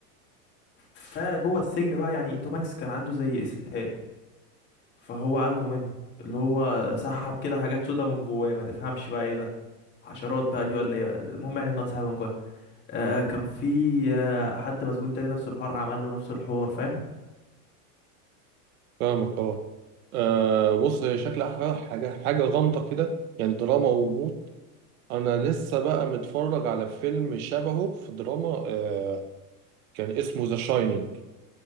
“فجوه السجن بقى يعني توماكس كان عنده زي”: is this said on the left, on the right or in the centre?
Left